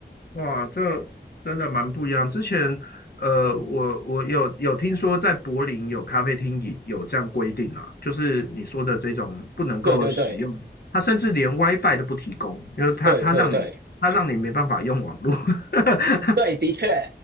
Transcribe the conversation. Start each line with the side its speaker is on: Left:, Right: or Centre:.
Left: 哇，这真的蛮不一样。之前，呃，我我有有听说在柏林有咖啡厅也有这样规定啊，就是你说的这种不能够使用，
Right: 对对对。
Left: 它甚至连 WiFi 都不提供，就是它它让你它让你没办法用网络。
Right: 对对对
Left: <laughs>
Right: 对，的确，